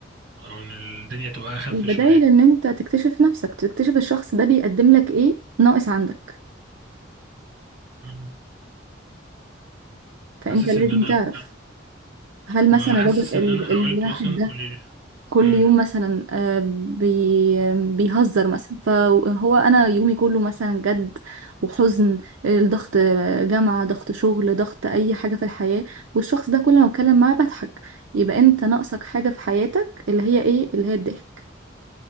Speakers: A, on the right; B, on the right.
A: او ان الدنيا تبقى اخف
B: البدايل
A: شوية
B: ان انت تكتشف نفسك تكتشف الشخص ده بيقدم لك ايه ناقص عندك
A: مم.
B: فانت
A: حاسس
B: لازم
A: ان انا
B: تعرف هل
A: ما
B: مثلا
A: حاسس
B: الراجل ال-
A: ان انا حاولت
B: الواحد
A: مثلا
B: ده
A: قولي لي
B: كل
A: مم.
B: يوم مثلا آه، بي بيهزر مثلا فهو انا يومي كله مثلا جد وحزن الضغط آه، جامعة ضغط شغل ضغط اي حاجة في الحياة والشخص ده كل ما بتكلم معاه بضحك يبقى انت ناقصك حاجة في حياتك اللي هي ايه اللي هي الضحك